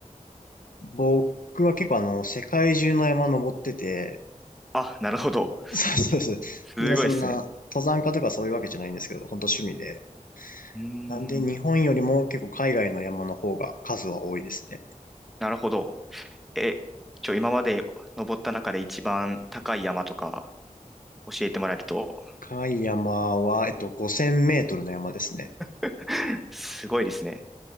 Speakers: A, on the left; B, in the centre.
A: 僕は結構あの、世界中の山登ってて、
B: あ、なるほど。
A: <laughs> そうそうそう。
B: すごいですね。
A: ね、そんな、登山家とかそういうわけじゃないんですけど、本当趣味で。
B: うーん。
A: なんで、日本よりも結構海外の山の方が数は多いですね。
B: なるほど。え、ちょ、今まで登った中で一番高い山とか教えてもらえると、
A: 高い山は、えっと、5000メートルの山ですね。
B: <laughs> すごいですね。